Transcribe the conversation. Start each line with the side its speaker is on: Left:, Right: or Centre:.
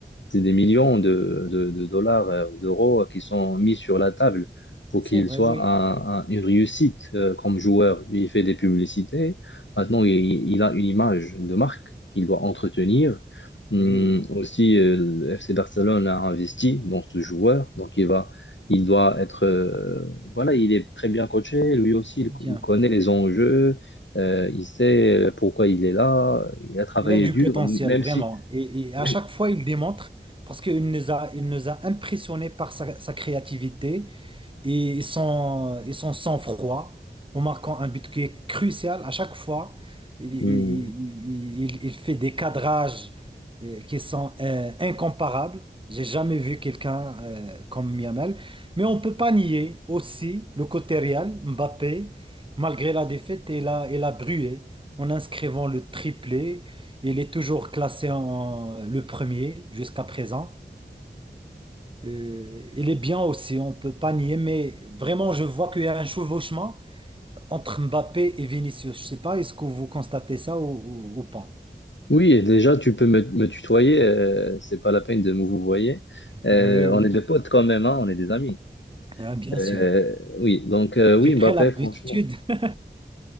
Left: c'est des millions de, de, de dollars, euh, d'euros qui sont mis sur la table pour
Right: C'est
Left: qu'il
Right: vrai,
Left: soit
Right: oui.
Left: un- un- une réussite euh, comme joueur. Il fait des publicités. Maintenant, il, il a une image de marque qu'il doit entretenir. Hum,
Right: Oui, oui,
Left: aussi, euh, le FC Barcelone a investi dans ce joueur. Donc, il va, il doit être. euh, voilà, il est très bien coaché. Lui aussi,
Right: c'est
Left: il, co-
Right: bien.
Left: il connaît les enjeux. Euh, il sait euh, pourquoi il est là. Il a travaillé
Right: Il a du
Left: dur,
Right: potentiel,
Left: même
Right: vraiment.
Left: si.
Right: Et, et à
Left: même-
Right: chaque fois, il démontre parce qu'il nous a, il nous a impressionnés par sa, sa créativité, et son, et son sang-froid en marquant un but qui est crucial à chaque fois. Il, il-
Left: hum,
Right: il- il fait des cadrages euh, qui sont euh, incomparables. J'ai jamais vu quelqu'un euh, comme Miamel. Mais on ne peut pas nier aussi le côté Real, Mbappé, malgré la défaite, il a, il a brûlé en inscrivant le triplé. Il est toujours classé en le premier jusqu'à présent. Euh, il est bien aussi, on peut pas nier, mais vraiment, je vois qu'il y a un chevauchement entre Mbappé et Vinicius. Je sais pas, est-ce que vous constatez ça ou, ou- ou pas?
Left: Oui, et déjà, tu peux me, me tutoyer, euh, c'est pas la peine de me vouvoyer. Euh,
Right: Ah Oui, oui.
Left: on est des potes quand même, hein, on est des amis.
Right: Ah, bien
Left: Euh,
Right: sûr.
Left: oui, donc euh, oui,
Right: J'ai pris
Left: Mbappé,
Right: l'habitude.
Left: franchement,
Right: <laughs>